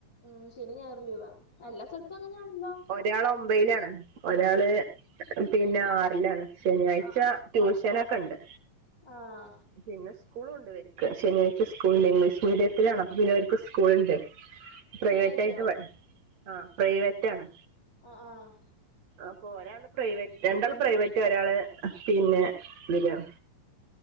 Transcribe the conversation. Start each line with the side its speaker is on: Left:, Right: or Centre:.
Left: ഉം ശനിം ഞായറും ലീവാ, എല്ലാ സ്ഥലത്തും അങ്ങനെ ആണല്ലോ
Right: ഒരാൾ ഒമ്പയിനാണ്, ഒരാള് പിന്നെ ആറിലാണ് ശനിയാഴ്ച
Left: ആ
Right: ട്യൂഷനൊക്കെ ഉണ്ട്
Left: ആ ആ
Right: പിന്നെ സ്കൂളും ഉണ്ട് ഇവർക്ക്, ശനിയാഴ് സ്കൂൾണ്ട് ഇംഗ്ലീഷ് മീഡിയത്തിലാണ് അപ്പൊ പിന്നെ അവർക്ക് സ്കൂൾുണ്ട്, പ്രൈവറ്റ്
Left: ശനിയാഴ്ചയോ
Right: ആയിട്ട് പ ആഹ്, പ്രൈവറ്റാണ്
Left: അഹ്, ആഹ്
Right: അപ്പോരെ പ്രൈവറ്റ് രണ്ടാൾ പ്രൈവറ്റ് ഒരാള് <unintelligible> ഇതിലാണ്